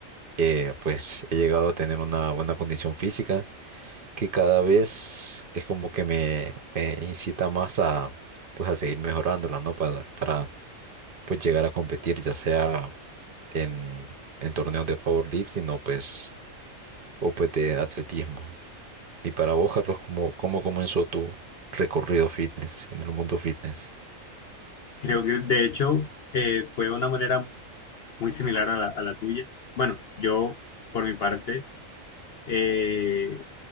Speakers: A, on the right (about 50°); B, on the left (about 55°).
A: eh, pues he llegado a tener una buena condición física que cada vez es como que me, me incita más a pues a seguir mejorándola, ¿no? Para, para pues llegar a competir, ya sea en, en torneos de powerlifting o pues, o pues de atletismo. Y para vos, Carlos, ¿cómo, cómo comenzó tu recorrido fitness en el mundo fitness?
B: Creo que, de hecho, eh, fue una manera muy similar a la, a la tuya. Bueno, yo, por mi parte, eh,